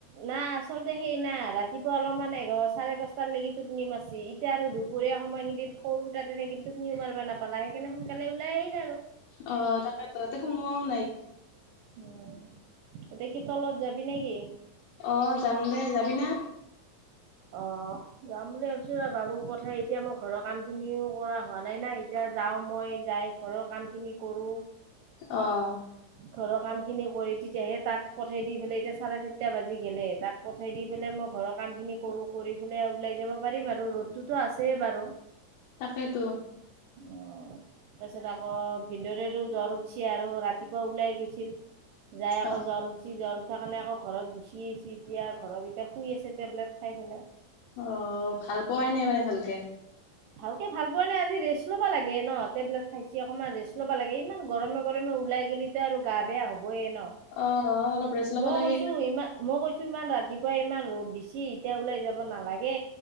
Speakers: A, on the right; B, on the left.
A: না' আ আচলতে সেই নাই ৰাতিপুৱা অলপমান এঘাৰ চাৰে দহটালৈকি টোপনি মাচি, এতিয়া আৰু দুপৰীয়া সময়খিনিত সৰু তাতে থাকি কিন্ত তুপনিও মাৰিবা নাপালা সেইকাৰণে সোনকালে ওলাই গেল।
B: অ তাকে তহতে সোমোৱাও নাই।
A: উম' এতিয়া কি তলত যাবি নে কি?
B: অ যাম দে যাবি না
A: অ যাম বুলি ছো ৰ, বাবুক পঠাই এতিয়া মই ঘৰৰ কাম খিনিও কৰা হোৱা নাই না, এতিয়া যাওঁ মই যাই ঘৰৰ কাম খিনি কৰো।
B: অহ'
A: ঘৰৰ কামখিনি কৰি তেতিয়াহে তাক পঠাই দি পেলাই, এতিয়া চাৰে চাৰিটা বাজি গ'লে তাক পঠাই দি পেলাই মোক ঘৰৰ কাম খিনি কৰো কৰি পেলাই ওলাই যাব পাৰিম আৰু, ৰ'দতোতো আছেই বাৰু।
B: তাকেইতো
A: অহ' তাৰ পিছত আকৌ ভিন্দৰেৰো জ্বৰ উঠছে আৰু ৰাতিপুৱা ওলাই গৈছ ছিল, যাই আকৌ
B: অ
A: জ্বৰ উঠছি জ্ব সেকাৰণে আকৌ ঘৰত গুচি আহিছে এতিয়া, ঘৰত এতিয়া শুই আছে টেবলেট খাই পেলাই।
B: অ' ভাল পোৱাই নাই মানে ভালকে
A: ভালকে ভাল পোৱা নাই আজি ৰেষ্ট ল'ব লাগে ন, টেবলেট খাইছে অকনমান ৰেষ্ট ল'ব লাগে ইমান গৰমে গৰমে ওলাই গেলে টো আৰু গা বেয়া হ'ব। এ ন,
B: অ অ অলপ ৰেষ্ট ল'ব
A: মই
B: লাগে
A: কৈছোঁ ইমান, মই কৈছো ইমান ৰাতিপুৱাই ইমান ৰ'দ দিছে ছি এতিয়া ওলাই যাব নালাগে,